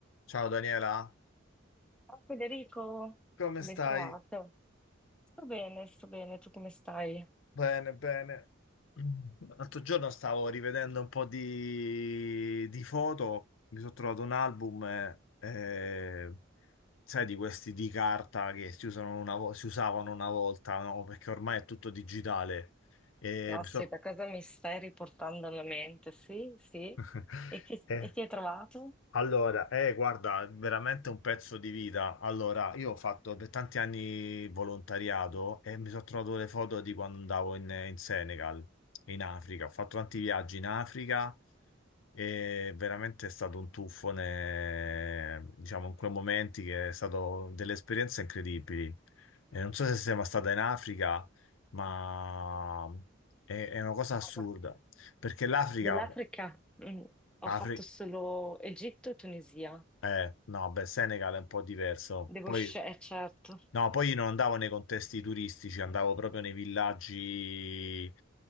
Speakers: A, on the left; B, in the centre.
A: Ciao Daniela,
B: Ciao Federico,
A: come
B: ben
A: stai?
B: trovato. Sto bene, sto bene, tu come stai?
A: Bene, bene. L'altro giorno stavo rivedendo un po' di, di foto, mi sono trovato un album, eh, eh, sai, di questi di carta che si usano una vo- si usavano una volta, no? Perché ormai è tutto digitale. E
B: Caspita,
A: mi so-
B: cosa mi stai riportando alla mente? Sì, sì.
A: <laughs>
B: E chi,
A: Eh,
B: e chi hai trovato?
A: Allora, eh, guarda, è veramente un pezzo di vita. Allora, io ho fatto per tanti anni volontariato e mi sono trovato le foto di quando andavo in, in Senegal, in Africa. Ho fatto tanti viaggi in Africa e veramente è stato un tuffo, ne- diciamo, in quei momenti che è stato delle esperienze incredibili. E non so se sei mai stata in Africa, ma è, è una cosa
B: Guarda,
A: assurda, perché l'Africa...
B: Dell'Africa. mm, Ho
A: Afri-
B: fatto solo Egitto e Tunisia.
A: Eh, no, beh, Senegal è un po' diverso.
B: Devo
A: Poi,
B: scegliere, certo.
A: no, poi io non andavo nei contesti turistici, andavo proprio nei villaggi,